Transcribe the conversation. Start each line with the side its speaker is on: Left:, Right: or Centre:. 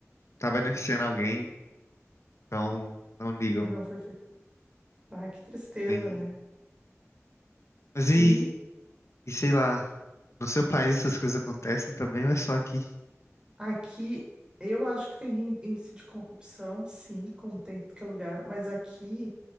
Left: tá beneficiando alguém, então não ligam.
Right: E não foi feito. Ah, que tristeza,
Left: Sim.
Right: né? Sim,
Left: Mas e E sei lá, no seu país essas coisas acontecem também ou é só aqui?
Right: aqui eu acho que tem ín- índice de corrupção, sim, como tem em qualquer lugar, mas aqui